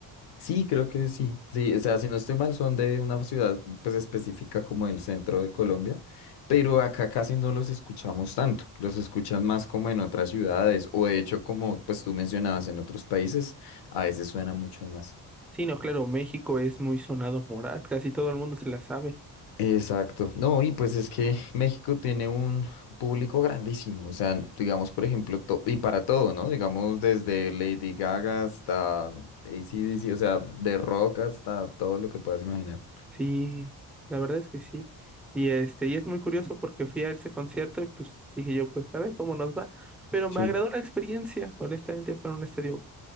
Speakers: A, on the left (about 90°); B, in the centre.
A: Sí, creo que sí, sí, o sea, si no estoy mal, son de una ciudad pues específica como el centro de Colombia, pero acá casi no los escuchamos tanto, los escuchan más como en otras ciudades, o de hecho como pues tú mencionabas en otros países, a veces suena mucho más.
B: Sí, no, claro, México es muy sonado Morat, casi todo el mundo se la sabe.
A: Exacto. No, y pues es que <laughs> México tiene un público grandísimo, o sea, digamos, por ejemplo, to- y para todo, ¿no? Digamos, desde Lady Gaga hasta AC/DC, o sea, de rock hasta todo lo que puedas imaginar.
B: Sí, la verdad es que sí. Y este, y es muy curioso porque fui a ese concierto y pues dije yo, pues a ver cómo nos va. Pero me
A: Sí.
B: agradó la experiencia. Honestamente fue en un estadio